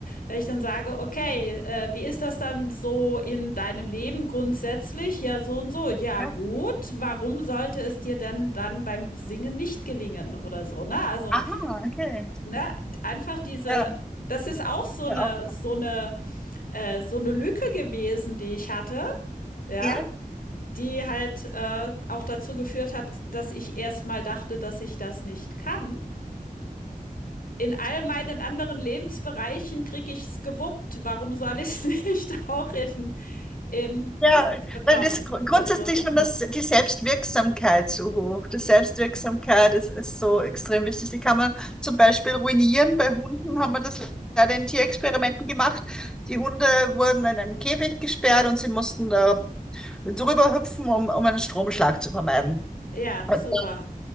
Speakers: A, on the left (about 70°); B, in the centre.
A: wenn ich dann sage, okay, äh, wie ist das dann so in deinem Leben grundsätzlich? Ja, so und so. Ja,
B: ja.
A: gut. Warum sollte es dir denn dann beim Singen nicht gelingen oder so? Ne? Also
B: Aha, okay.
A: ne, einfach diese,
B: Ja,
A: das ist auch so eine,
B: ja, auch.
A: so eine, äh, so eine Lücke gewesen, die ich hatte, ja,
B: Ja.
A: die halt äh, auch dazu geführt hat, dass ich erstmal dachte, dass ich das nicht kann. In all meinen anderen Lebensbereichen kriege ich's gewuppt. Warum soll ich's <laughs> nicht auch in, im
B: Ja,
A: Business bekommen?
B: weil das gru- grundsätzlich
A: Ne, so.
B: schon
A: hm.
B: das, die Selbstwirksamkeit so hoch. Die Selbstwirksamkeit ist, ist so extrem wichtig. Die kann man zum Beispiel ruinieren. Bei Hunden haben wir das leider in Tierexperimenten gemacht. Die Hunde wurden in einem Käfig gesperrt und sie mussten da drüber hüpfen, um, um einen Stromschlag zu vermeiden.
A: Ja,
B: Und
A: super.